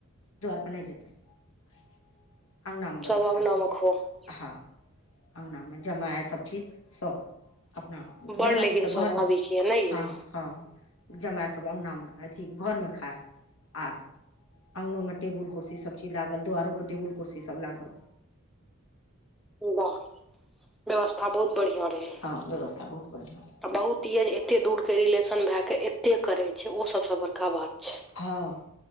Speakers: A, on the left; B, in the centre.
A: द्वार पर नै जेतै खाएला। अंगनामे व्यवस्था।
B: सब अङ्गनामे खूब
A: ह अङ्गनामे जमाय सब चीज सब अपना आप
B: बड़
A: जमय
B: लेकिन
A: सब तऽ
B: स्वाभाविक
A: घरमे
B: यऽ नहि यै
A: ह ह। जमाय सब अंगनामे अथी घर मे खाय आर अंगनोमे टेबुल कुर्सी सब ची लागल द्वारो पर टेबुल कुरसी सब लागल।
B: वाह व्यवस्था बहुत बढ़िया रहैय।
A: ह व्यवस्था बहुत बढ़िया रहै।
B: बहुत दियर एते दूरके रिलेशन भेकऽ एते करैय छैय ओ सबस बड़का बात छैय।
A: ह